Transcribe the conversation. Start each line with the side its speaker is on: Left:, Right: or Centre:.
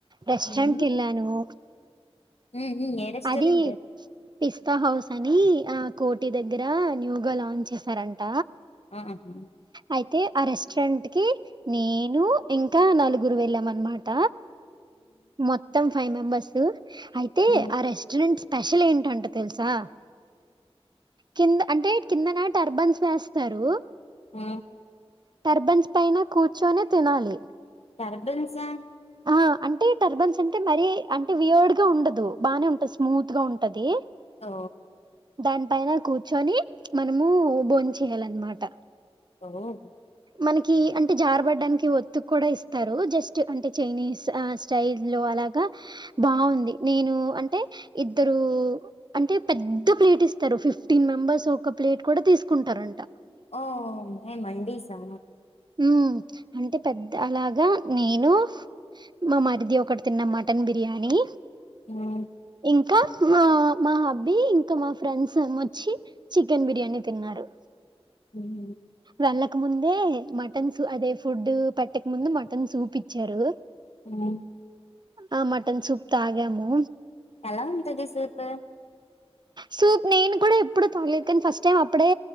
Right: రెస్టరెంట్
Left: ఉమ్
Right: కి వెళ్ళాము.
Left: ఉమ్ ఉమ్, ఏ రెస్టారెంట్
Right: అది పిస్తా హౌస్ అని. ఆ కోటి దగ్గర న్యూగా లాంచ్ చేశారంట.
Left: ఆహా ఉమ్
Right: అయితే ఆ రెస్టారెంట్ కి నేను. ఇంకా నలుగురు వెళ్ళాం అనమాట. మొత్తం ఫైవ్ మెంబర్స్. అయితే
Left: ఉమ్
Right: ఆ రెస్టారెంట్ స్పెషల్ ఏంటంట తెలుసా. కింద అంటే కిందనా టర్బన్స్ వేస్తారు
Left: ఊ
Right: టర్బెన్స్ పైన కూర్చొని తినాలి
Left: టర్బన్సా
Right: ఆ అంటే టర్బన్స్ అంటే మరీ అంటే వియర్డ్ గా ఉండదు బాగానే ఉంటంది స్మూత్ గా ఉంటది
Left: ఓ
Right: దాని పైన కూర్చొని మనము బోం చెయాలన్నమాట
Left: మరి
Right: మనకి అంటే జారబడ్డానికి ఒత్తుకు కూడా ఇస్తారు జస్ట్ అంటే చైనీస్ ఆ స్టైల్ లో అలాగా బాగుంది నేను అంటే ఇద్దరు అంటే పెద్ద ప్లేట్ ఇస్తారు ఫిఫ్టీన్ మెంబర్స్ ఒక ప్లేట్ కూడా తీసుకుంటారం
Left: ఓ మేం మండీసా
Right: ఉమ్మ్ అంటే పెద్ద అలాగా నేను మా మరిది ఒకటి తిన్న మటన్ బిర్యానీ
Left: ఉమ్మ్
Right: ఇంకా మా హబ్బీ ఇంకా మా ఫ్రెండ్స్ వచ్చి చికెన్ బిర్యానీ తిన్నారు
Left: హ ఉమ్
Right: వెళ్ళక ముందే మటన్స్ అదే ఫుడ్ పెట్ట ముందు మటన్ సూప్ ఇచ్చారు
Left: ఉమ్
Right: ఆ మటన్ సూప్ తాగాము
Left: ఎలా ఉంటది సూపు
Right: సూప్ నేను కూడా ఇప్పుడు ఇ ప్పడేతగలేదు కాని ఫస్ట్ టైం అప్పుడే